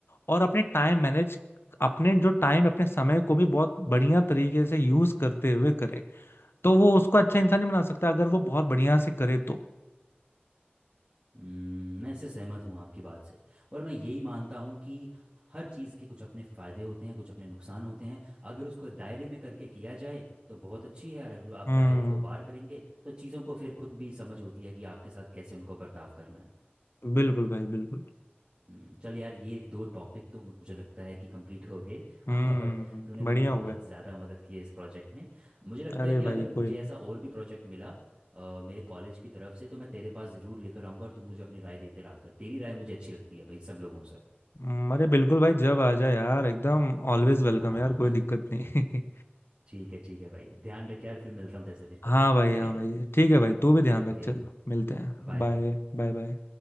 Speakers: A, on the left; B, on the right.
A: और अपने टाइम मैनेज अपने जो टाइम अपने समय को भी बहुत बढ़िया तरीके से यूज करते हुए करे तो वो उसको अच्छा इंसान नहीं बना सकता अगर वो बहुत बढ़िया से करे तो
B: हम्म, मैं इससे सहमत हूँ आपकी बात से और मैं यही मानता हूँ कि हर चीज़ के कुछ अपने फ़ायदे होते हैं कुछ अपने नुकसान होते हैं अगर उसको दायरे में करके किया जाए तो बहुत अच्छी है यार अगर आप
A: हम्म
B: दायरे को बार करेंगे तो चीज़ों को फिर खुद भी समझ होती है कि आपके साथ कैसे उनको बर्ताव करना है
A: बिल्कुल भाई बिल्कुल
B: हम्म, चल यार ये दो टॉपिक तो मुझे लगता है कि कंप्लीट हो गए
A: हम्म
B: <laughs> और तूने मेरी
A: बढ़िया हुआ
B: बहुत
A: है
B: ज़्यादा मदद की है इस प्रोजेक्ट में मुझे लगता
A: अरे
B: है कि
A: भाई
B: अगर मुझे
A: कोई नहीं
B: ऐसा और भी प्रोजेक्ट मिला अ, मेरे कॉलेज की तरफ से तो मैं तेरे पास ज़रूर लेकर आऊँगा और तू मुझे अपनी राय देते रहा कर तेरी राय मुझे अच्छी लगती है भाई सब लोगों से
A: हम्म, अरे बिल्कुल भाई जब आ जाए यार एकदम ऑलवेज वेलकम
B: हाँ
A: यार कोई
B: <laughs>
A: दिक्कत नहीं
B: ठीक है ठीक है भाई ध्यान रख यार फिर मिलता हूँ तैसे
A: <laughs>
B: फिर
A: हाँ
B: कभी
A: भाई
B: ठीक
A: हाँ
B: है
A: भाई ठीक है भाई तू भी ध्यान
B: ओके
A: रख चल मिलते हैं
B: Bye
A: Bye
B: bye
A: bye bye